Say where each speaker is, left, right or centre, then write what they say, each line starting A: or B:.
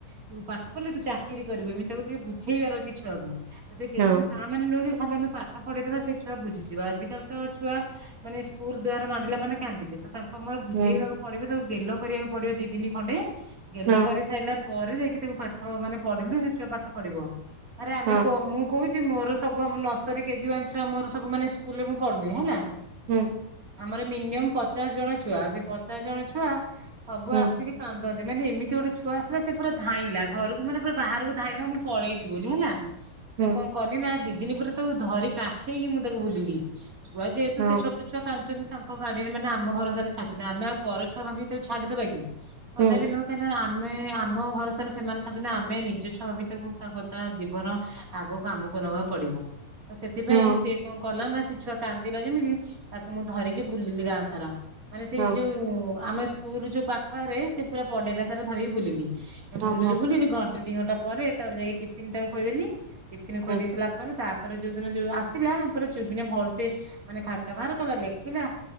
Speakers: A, on the right; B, on the right.
A: ତୁ ପାଠ ପଢିଲେ ତୁ ଚାକିରି କରିବୁ ଏମିତି ତାକୁ ଟିକେ ବୁଝେଇବାର ଅଛି ଛୁଆକୁ। ଏବେ ଯୋଉଁମାନେ
B: ହଁ
A: ତା ମାନେ ନୁେହଁଯେ ହଁ ଆମେ ପାଠ ପଢିଦବା ସେଇ ଛୁଆ ବୁଝିଯିବା ଆଜିକାଲି ତ ଛୁଆ ମାନେ ସ୍କୁଲ ଦୁଵାର ମାଡିଲା ମାନେ କାନ୍ଦିଲେ ତ ତାଙ୍କ ମୋର ଯେଇବାକୁ
B: ହୁଁ
A: ପିବେ ତାକୁ ଗେଲୋ କରିବାକୁ ପଡିବ ଦି ଦିନି ଖଣ୍ଡେ। ଗେଲ
B: ହଁ
A: କରି ସାରିଲା। ପରେ ଯାଇକି ତାକୁ ପାଠ ମାନେ ପଢିଲି ସେ ଛୁଆ ପାଠ ପଢିବ। ଆରେ ଆମେ
B: ହଁ
A: କ ମୁଁ କହୁଛି। ମୋର ସବୁ ଆମ ନର୍ସରୀ କେଜୀ ୱାନ୍ ଛୁଆ ମୋର ସବୁ। ମାନେ ସ୍କୁଲରେ ମୁଁ ପଢୁଏ ହେଲା।
B: ହୁଁ।
A: ଆମର ମିନିୟମ୍ ପଚାଶ ଜଣ ଛୁଆ ସେ ପଚାଶ ଜଣ ଛୁଆ ସବୁ
B: ହୁଁ
A: ଆସିକି କାନ୍ଦି ମାନେ ଏମିତି ଗୋଟେ ଛୁଆ ଆସିଲ ସେ ପୁରା ଧାଇଁଲା ଘରକୁ ମାନେ ପୁରା ବାହାରକୁ ଧାଇଁଲା ମୁଁ ପଳେଇବି ବୋଲି ହେଲା।
B: ହୁଁ
A: ତ କଣ କଲିି ନା ଦିଦି ଦି ଦିନ ପରେ ତାକୁ ଧରି କାଖେଇକି ମୁଁ ତାକୁ ବୁଲିଲି। ଛୁଆ ଯେହେତୁ
B: ହଁ
A: ସେ ଛୋଟ ଛୁଆ କାନ୍ଦୁଛନ୍ତି। ତାଙ୍କ ଗାର୍ଡିଆନ ମାନେ ଆମ ଭରସା ରେ ଛାଡିଛନ୍ତି। ଆମେ ଆଉ ପରଛୁଆ ଭାବିକି ତାକୁ ଛାଡିଦେବା କି? କଦା
B: ହୁଁ
A: ବି ନୁେହଁ କାଇଁକିନା ଆମେ ଆମ ଭରସାରେ ସେମାନେ ଚାଡ଼ିଛନ୍ତି ଆମେ ନିଜ ଛୁଆ ଭିତକୁ ତା କଥା ଜୀବନ ଆଗକୁ ଆମକୁ ନବାକୁ ପଡିବ। ତ ସେଥିପାଇଁ
B: ହଁ
A: ସେଏ କଣ କଲା ନା ସେ ଛୁଆ କାନ୍ଦିଲା ଯେମିତି ତାକୁ ମୁଁ ଧରିକି ବୁଲିଲି ଗାଁ ସାରା। ମାନେ ସେଇ
B: ହଁ
A: ଯୋଉ ଆମେ ସ୍କୁଲ ଯୋଉ ପାଖରେ ସେ ପୁରା ପଡ଼ିଆଟା ସାରା ଧରିକି ବୁଲିଲି। ଏ
B: ହଁ
A: ବୁଲିଲି
B: ହଁ
A: ବୁଲିଲି ଘନ୍ ଦି ଘଣ୍ଟା ପରେ ତା ଯାଇକି ଟିଫିନ ତାକୁ ଖୋଇଦେଲି। ଟିଫିନ ଖୋଇଦେଇି
B: ହଁ
A: ସୀରିଲା ପରେ ତା ପରେ ପରେ ଯୋଉ ଦିନ ଯୋଉ ଆସିଲା ପରେ ଚୁପକିନା ଭଲସ ମାନେ ଖାତା ବାହାର କଲା ଲେଖିଲା।